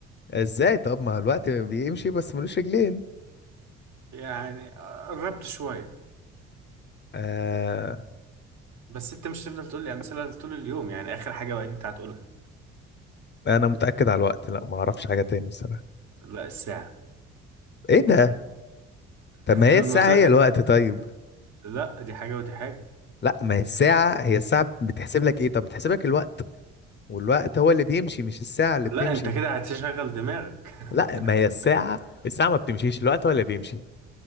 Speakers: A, on the left; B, on the right.
A: ازاي طب ما هو الوقت بيمشي بس ملوش رجلين
B: يعني قربت شوية
A: آه...
B: بس انت مش تفضل تقول لي امثلة طول اليوم يعني اخر حاجة بقى دي بتاعت تقولها
A: انا متأكد على الوقت لا ما اعرفش حاجة تاني بصراحة
B: لا الساعة
A: ايه ده
B: <laughs>
A: طب ما هي
B: انا
A: الساعة
B: قلت لك
A: هي
B: انت
A: الوقت طيب
B: لا دي حاجة ودي حاجة
A: لا ما هي الساعة هي الساعة بتحسب لك ايه طب بتحسب لك الوقت والوقت هو اللي بيمشي مش الساعة اللي
B: لا
A: بتمشي
B: انت كده هتشغل دماغك
A: لا
B: <laughs>
A: ما هي الساعة الساعة ما بتمشيش الوقت هو اللي بيمشي